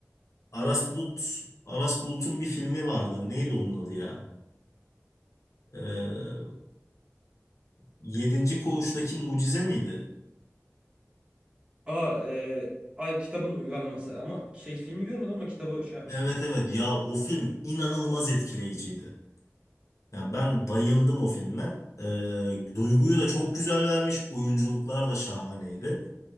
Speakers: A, on the left; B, on the right.
A: Aras Bulut Aras Bulut'un bir filmi vardı. Neydi onun adı ya? E, Yedinci Koğuş'taki Mucize miydi?
B: Aa, e, ay kitabın uyarlaması ama şey filmi görmedim ama kitabı şey yapmıştım.
A: Evet evet ya o film inanılmaz etkileyiciydi. Yani ben bayıldım o filme. E, duyguyu da çok güzel vermiş. Oyunculuklar da şahaneydi.